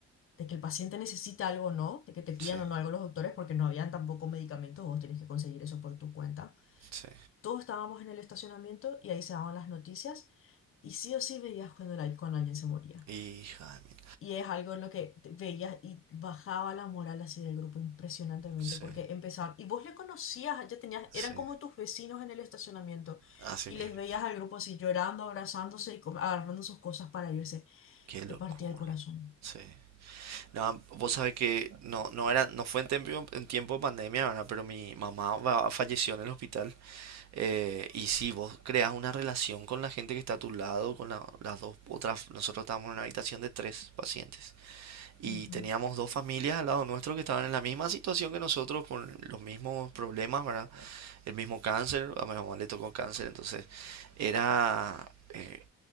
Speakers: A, on the left (about 45°); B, on the right (about 60°).
A: de que el paciente necesita algo o no, de que te pidan
B: sí,
A: o no algo los doctores, porque no habían tampoco medicamentos, vos tenés que conseguir eso por tu cuenta.
B: sí.
A: Todos estábamos en el estacionamiento y ahí se daban las noticias y sí o sí veías cuando, la- cuando alguien se moría.
B: Hija de mí.
A: Y es algo en lo que te- veías y bajaba la moral así del grupo impresionantemente
B: Sí,
A: porque empezaban, y vos le conocías, ya tenías,
B: sí.
A: eran como tus vecinos en el estacionamiento
B: Así
A: y
B: mismo.
A: les veías al grupo así llorando, abrazándose y com- agarrando sus cosas para irse.
B: Qué locura.
A: Te partía el corazón.
B: Sí. No, vos sabés que no, no era, no fue en tiempo, en tiempo de pandemia, ¿verdad? Pero mi mamá va- falleció en el hospital. eh, y si vos creas una relación con la gente que está a tu lado, con la- las dos otras, nosotros estábamos en una habitación de tres pacientes. Y
A: Ujú.
B: teníamos dos familias al lado nuestro que estaban en la misma situación que nosotros, con los mismos problemas, ¿verdad? El mismo cáncer, a mi mamá le tocó cáncer, entonces Era, eh,